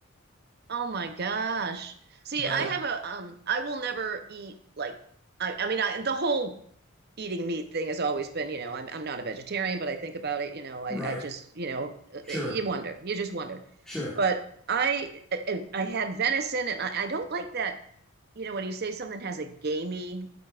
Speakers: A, on the right; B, in the centre.
A: Oh my gosh. See,
B: but
A: I have a um I will never eat like I I mean I the whole eating meat thing has always been, you know, I'm I'm not a vegetarian, but I think about it, you know, I
B: right,
A: I just, you know, uh,
B: sure,
A: uh, you wonder. You just wonder.
B: sure.
A: But I I I had venison and I, I don't like that, you know, when you say something has a gamey